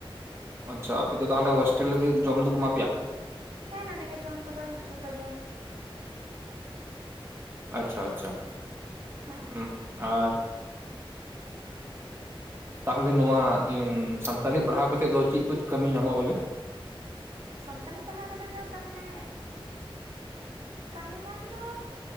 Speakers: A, on the right; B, on the right.
A: ᱟᱪᱪᱷᱟ ᱟᱯᱮ ᱫᱚ ᱛᱟᱦᱚᱞᱮ ᱦᱚᱳᱥᱴᱮᱞ ᱨᱮᱜᱮ ᱡᱚᱢ ᱫᱚᱠᱚ ᱮᱢᱟ ᱯᱮᱭᱟ?
B: ᱦᱮᱸ ᱱᱚᱰᱮ ᱜᱮ ᱡᱚᱢ ᱠᱚᱫᱚ ᱡᱷᱚᱛᱚ ᱜᱮ
A: ᱟᱪᱪᱷᱟ ᱟᱪᱪᱷᱟ᱾
B: ᱦᱮᱸ᱾
A: ᱦᱩᱸ ᱟᱨ ᱛᱟᱦᱚᱞᱮ ᱱᱚᱣᱟ ᱤᱭᱟᱹ ᱥᱟᱱᱛᱟᱞᱤ ᱯᱟᱲᱦᱟᱣ ᱠᱟᱛᱮᱫ ᱫᱚ ᱪᱮᱫ ᱠᱩ ᱠᱟᱹᱢᱤ ᱧᱟᱢᱚᱜ-ᱟ ᱵᱚᱞᱮ?
B: ᱥᱟᱱᱛᱟᱞᱤ ᱯᱟᱲᱦᱟᱣ ᱠᱟᱛᱮᱫ ᱫᱚ ᱛᱟᱨ ᱢᱟᱱᱮ ᱠᱟᱹᱢᱤ ᱧᱟᱢ ᱫᱚ